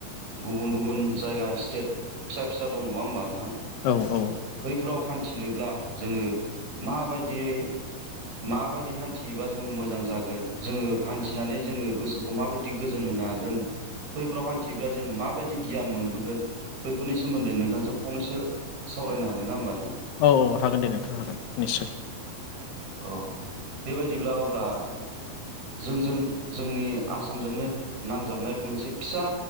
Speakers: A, on the right; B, on the left.
A: गुबुन गुबुन जायगा स्टेट फिसा फिसा दं नङा होमबा नोंथां
B: औ औ
A: बैफोराव हान थिनोब्ला जोङो माबायदियै माबायदि हान्थियोबा जोङो मोजां जागोन जोङो हान्थिनानै जोङो गोसोखौ माबायदि गोजोन होनो हागोन बैफोराव हान्थियोब्ला जों माबायदि गियान मोनबोगोन बैफोरनि सोमोन्दै नोंथांजों फंनैसो सावरायनो हागोन ना होमबा नोंथां?
B: औ औ हागोन दे नोंथां हागोन निस्सय
A: औ बेबायदिब्ला अब्ला जोंजों जोंनि आसामजोंनो नांजाबनाय मोनसे फिसा